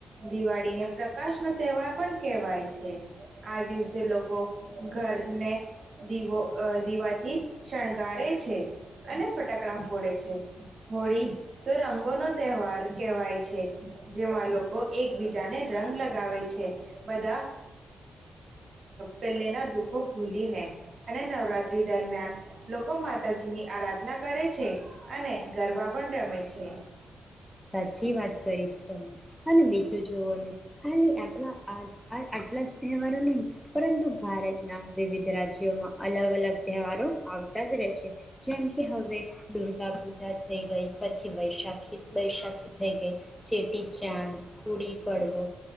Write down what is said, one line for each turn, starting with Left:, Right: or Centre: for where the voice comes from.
Right: દિવાળીને પ્રકાશ નો તહેવાર પણ કેહેવાય છે આ દિવસે લોકો ઘરને દીવો દીવાથી શણગારે છે અને ફટાકડા ફોડે છે હોળી તો રંગોનો તહેવાર કહેવાય છે જેમાં લોકો એકબીજાને રંગ લગાવે છે બધા પેલેના દુઃખો ભૂલીને અને નવરાત્રી દરમિયાન લોકો માતાજીની આરાધના કરે છે અને ગરબા પણ રમે છે.
Centre: સાચી વાત કરી તમે. અને બીજું જુવઓ ને ખાલી આપણા આ આ આટલા જ તહેવારો નહીં પરંતુ ભારતના વિવિધ રાજ્યોમાં અલગ અલગ તહેવારો આવતા જ રહે છે જેમ કે હવે દુર્ગા પૂજા થઈ ગઈ પછી વૈશાખી બૈશાખી થઈ ગઈ ચેટી ચાંદ કુડી પડવો